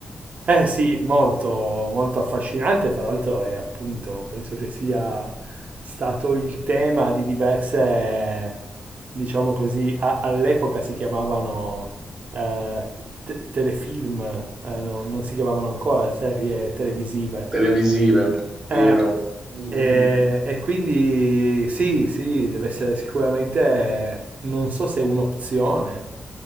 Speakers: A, on the right; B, on the right.
A: Eh sì, molto, molto affascinante, fra l'altro è appunto, penso che sia stato il tema di diverse, diciamo così, a- all'epoca si chiamavano eh, te- telefilm, eh, no- non si chiamavano ancora serie televisive
B: Televisive, vero?
A: Eh,
B: Mm,
A: e, e quindi sì, sì, deve essere sicuramente, non so se è un'opzione,